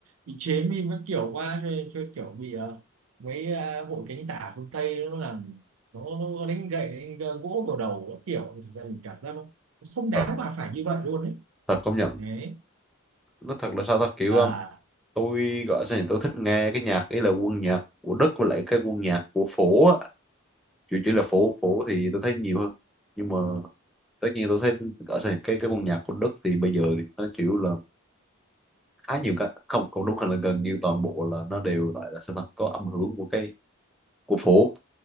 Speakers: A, on the right (about 70°); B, in the centre.
A: bị chế meme các kiểu quá cho nên, cho nên kiểu bị ờ, mấy ờ, hội cánh tả phương Tây nó làm nó, nó đánh gậy đánh gỗ vào đầu các kiểu thực ra mình cảm giác nó không đáng
B: Thật,
A: mà phải như vậy luôn đấy
B: thật công nhận
A: đấy
B: nó thật là sao ta kiểu
A: à
B: um, tôi gọi sao nhỉ tôi thích nghe cái nhạc ấy là quân nhạc của Đức với lại cái quân nhạc của phố á chủ chỉ là phố phố thì tôi thấy nhiều hơn nhưng mà tất nhiên tôi thấy gọi sao nhỉ cái cái quân nhạc của Đức thì bây giờ thì nó chịu là khá nhiều cái không không đúng hay là gần như toàn bộ là nó đều gọi là sao ta có âm hưởng của cái của phố